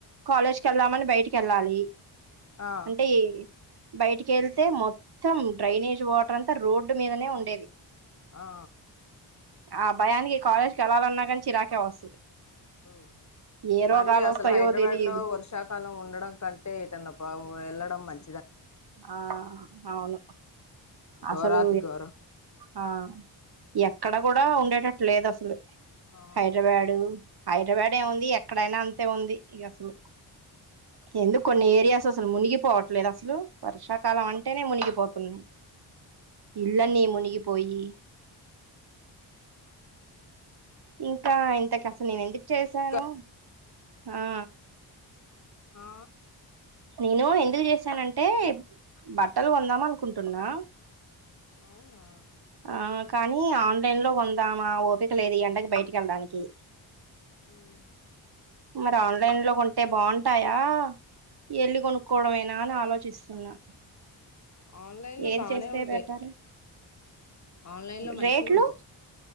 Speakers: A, on the right; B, on the left.
A: కాలేజ్ కేళ్దామని బయటికి ఏళ్ళాలి
B: ఆ
A: అంటే బయటికి వెళ్తే మొత్తం డ్రైనేజ్ వాటర్ అంతా రోడ్డు మీదనే ఉండేది
B: ఆ
A: ఆ భయానికి కాలేజ్కి వెళ్ళాలన్నా కానీ చిరాకే వస్తది
B: అబ్బో
A: ఏ రోగాలు
B: మరి అసలు
A: వస్తాయో
B: హైదరాబాద్
A: తెలియదు
B: లో వర్షాకాలం ఉండడం కంటే ఏటన్న బావు వెళ్ళడం మంచి
A: ఆ అవును
B: గోరతిగోరం
A: అసలు ఆ ఎక్కడ కూడా ఉండేటట్టు లేదు అసలు
B: ఆ
A: హైడ్రాబాడు హైడ్రాబాడు ఏముంది ఎక్కడైనా అంతే ఉంది ఇగ అసలు ఎందుకు కొన్ని ఏరియాస్ అసలు మునిగిపోవట్లేదు అసలు వర్షాకాలం అంటేనే మునిగిపోతున్నాయి ఇళ్లన్నీ మునిగిపోయి ఇంకా ఇంతకి అసలు నేను ఎందుకు చేసాను
B: ఇంకా
A: ఆ
B: ఆ
A: నేను ఎందుకు చేసానంటే బట్టలు కొందాం అనుకుంటున్నా
B: అవునా
A: ఆ కానీ ఆన్లైన్ లో కొందామా ఓపిక లేదు ఈ ఎండకి బయటికి కేళ్ళడానికి
B: ఉమ్
A: మరి ఆన్లైన్ లో కొంటే బాగుంటాయా ఎల్లి కొనుక్కోవడమేనా అని ఆలోచిస్తున్నా
B: ఆన్లైన్ లో
A: ఏది
B: బానే
A: చేస్తే
B: ఉంటాయి
A: పెట్టారు
B: ఆన్లైన్ లో మంచిగా
A: రేట్లు
B: ఉంటాయి